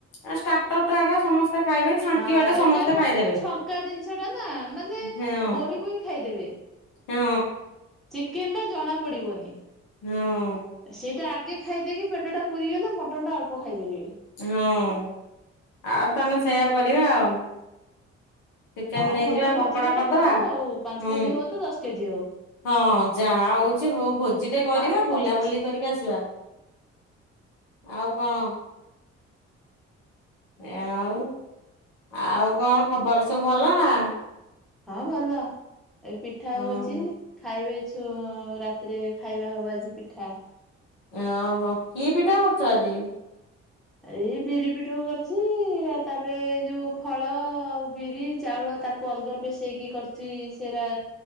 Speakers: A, on the left (about 60°); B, in the centre.
A: ଆ ଷ୍ଟାର୍ଟର ଟା ସମସ୍ତେ ଖାଇବେ ଛାଙ୍କିବା
B: ହଁ,
A: ଟା ସମସ୍ତେ
B: ଏଟା କଣ
A: ଖାଇଦେବେ
B: କନ୍ତି ଛଙ୍କା ଜିନିଷ ଟା ନା, ମାନେ
A: ହଁ
B: ବୋହି ବୋହି ଖାଇଦେବେ।
A: ହଁ
B: ଚିକେନ ଟା ଜଣା ପଡିବନି,
A: ହଁ
B: ସେଇଟା ଆଗେ ଖାଇ ଦେଇକି ପେଟଟା ପୁରିଗଲେ ମଟନ୍ ଟା ଅଳ୍ପ ଖାଇପାରିବେ।
A: ହଁ, ଆଉ ତାହେନେ ସେୟା କରିବା ଆଉ। ଚିକେନ
B: ହଁ
A: ନେଇଯିବା
B: ଭଲ ଭୋଜି
A: ପକୋଡା
B: ଗୋଟେ
A: କରିଦବା
B: ହବ ଆଉ, ପାଞ୍ଚ
A: ହୁଁ
B: କେଜି ହଉ ତ ଦଶ କେଜି ହଉ।
A: ହଁ ଯାହା ହଉଛି ହଉ, ଭୋଜି ଟେ କରିବା,
B: ଆଉ ଖର୍ଚ୍ଚ
A: ବୁଲାବୁଲି କରିକି ଆସିବା। ଆଉ କଣ? ଆଉ, ଆଉ କଣ ଖବର ସବୁ ଭଲ ନା?
B: ହଁ ଭଲ, ଏଇ ପିଠା ହଉଛି।
A: ଓହୋ
B: ଖାଇବେ ଛୁ ରାତିରେ ଖାଇବା ହବ ଆଜି ପିଠା।
A: ଓହୋ, କି ପିଠା କରୁଛ ଆଜି?
B: ଏ ଏଇ ବିରି ପିଠଉ କରୁଛି ଆଉ, ତାପରେ ଏଇ ଯୋଉ ଫଳ ଆଉ ବିରି ଚାଉଳ ତାକୁ ଅଲଗା ପେସେଇକି କରିଚି ସେରା